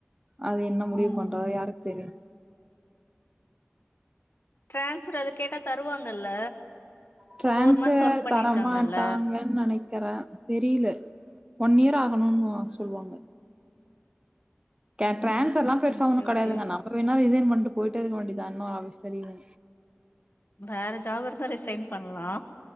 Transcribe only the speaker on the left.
ம்
ம்
டிரான்ஸ்பர் அத கேட்டா தருவாங்கல்ல
ஃபோர் மந்த் ஒர்க் பண்ணிருக்காங்கல்ல
ஓ
ஓகே
ஓகே
வேற ஜாப் இருந்தா ரிசைன் பண்ணலா